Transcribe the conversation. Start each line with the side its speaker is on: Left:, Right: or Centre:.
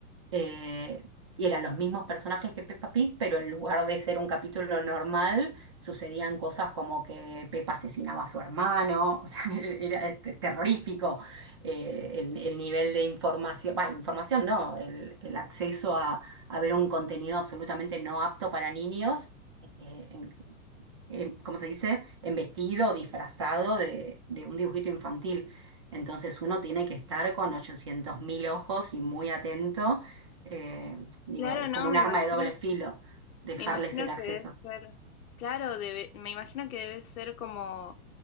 Right: eh, y eran los mismos personajes que Peppa Pig, pero en lugar de ser un capítulo normal, sucedían cosas como que Peppa asesinaba a su hermano, <laughs> o sea, era este, terrorífico eh, el, el nivel de información, bah, información no, el, el acceso a, a ver un contenido absolutamente no apto para niños. eh, en eh, ¿cómo se dice? En vestido, o disfrazado de, de un dibujito infantil. Entonces uno tiene que estar con 800.000 ojos y muy atento. Eh, digo,
Left: Claro,
Right: es
Left: no,
Right: como
Left: me
Right: un arma
Left: imagino,
Right: de doble filo dejarles
Left: me imagino
Right: el acceso.
Left: que debe ser, claro, debe- me imagino que debe ser como